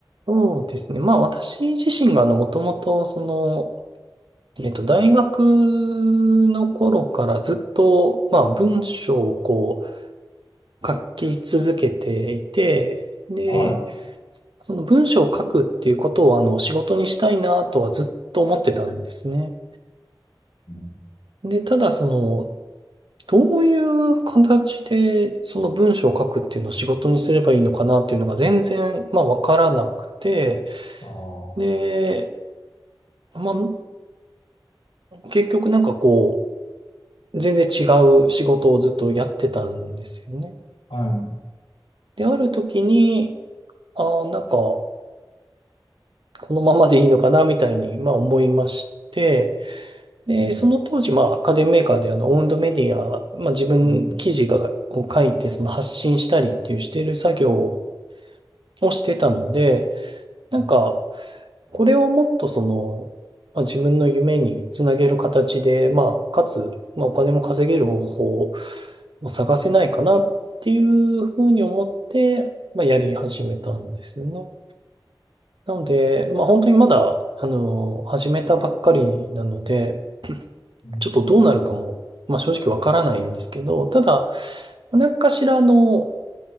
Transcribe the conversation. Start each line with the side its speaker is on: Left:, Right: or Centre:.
Right: そうですね。まあ私自身があの、もともとその、えっと、大学の頃からずっと、まあ文章をこう書き続けていて、で、
Left: はい。
Right: その文章を書くっていうことをあの、仕事にしたいなとはずっと思ってたんですね。
Left: うん
Right: で、ただその、どういう形でその文章を書くっていうのを仕事にすればいいのかなっていうのが全然、まあわからなくて、
Left: ああ、
Right: で、まあ結局なんかこう、全然違う仕事をずっとやってたんですよね。
Left: はい。う
Right: で、ある時に、ああ、なんか、このままでいいのかな、みたいに、まあ思いまして、で、
Left: ん。
Right: その当時、まあ家電メーカーであの、オウンドメディア、まあ自分記事が、
Left: うん。うん。
Right: を書いて、その発信したりっていうしてる作業をしてたので、
Left: うん
Right: なんか、これをもっとその、まあ、自分の夢につなげる形で、まあ、かつ、まあ、お金も稼げる方法を探せないかなっていうふうに思って、まあ、やり始めたんですよね。なので、まあ、本当にまだ、あの、始めたばっかりなので、
Left: うん
Right: ちょっとどうなるかも、まあ、正直わからないんですけど、ただ、何かしら、あの、